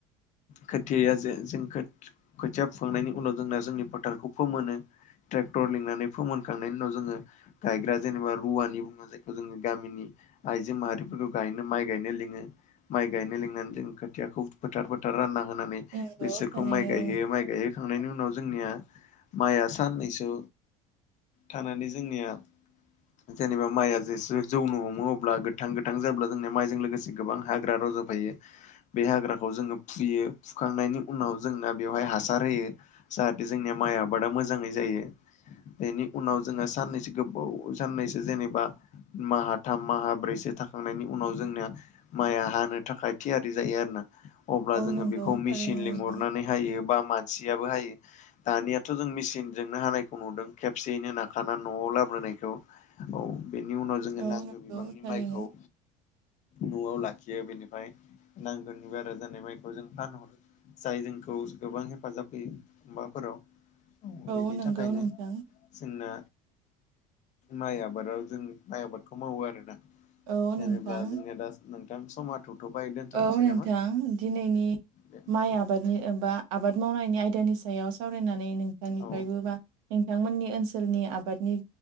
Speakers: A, on the left (about 45°); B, on the right (about 80°).
A: खोथिया जे जों <unintelligible> खोथिया फांनायनि उनाव जोंना जोंनि फोथारखौ फोमोनो ट्रेक्टर लिंनानै फोमोनखांनायनि उनाव जोङो गायग्रा जेनेबा रुवानि बुङो जायखौ जोङो गामिनि आइजो माहारिफोरखौ गायनो माइ गायनो लिङो। माइ गायनो लिंनानै जों खोथियाखौ फोथार फोथार रानना होनानै
B: नंगौ
A: बेसोरखौ
B: थारैनो
A: माइ गायहोयो माइ गायहोखांनायनि उनाव जोंनिया माइआ साननैसो थानानै जोंनिया जेनेबा माइआ जेसे जौनो हमो अब्ला गोथां- गोथां जायोला जोंनि माइजों लोगोसे गोबां हाग्रा रज'फैयो। बे हाग्राखौ जोङो फुयो। फुखांनायनि उनाव जोंना बेवहाय हासार होयो। जाहाथे जोंनिया माइ आबादा मोजाङै जायो। बेनि उनाव जोङो साननैसो गोबाव साननैसो जेनेबा माहा थाम माहा ब्रैसो थाखांनायनि उनाव जोंनिया माइआ हानो थाखाय थियारि जायो आरो ना। अब्ला
B: औ
A: जोङो
B: नंगौ
A: बेखौ
B: थारैनो
A: मिसिन लिंहरनानै
B: नोंथां
A: हायो बा मानसियाबो हायो‌। दानियाथ' जों मिसिनजोंनो हानायखौ नुदों। खेबसेयैनो नाखाना न'आव लाबोनायखौ। औ बेनि उनाव जोङो नांगौ
B: औ नंगौ
A: बिबांनि
B: थारैनो
A: माइखौ न'आव लाखियो बेनिफ्राय नांगोनि बारा जानाय माइखौ जों फानहरो। जाय जोंखौ गोबां हेफाजाब होयो माबाफोराव
B: औ
A: बेनि
B: नंगौ
A: थाखायनो
B: नोंथां
A: जोंना माइ आबादाव जों माइ आबादखौ मावो आरोना।
B: औ
A: जेनेब्ला
B: नोंथां
A: जोङो दा नोंथां समा <unintelligible> दोनथ'नोसै
B: औ नोंथां
A: नामा
B: दिनैनि
A: दे
B: माइ
A: गोजोनथों
B: आबादनि एबा आबाद मावनायनि आयदानि सायाव सावरायनानै नोंथांनिफ्रायबो
A: औ
B: <unintelligible> नोंथांमोननि ओनसोलनि आबादनि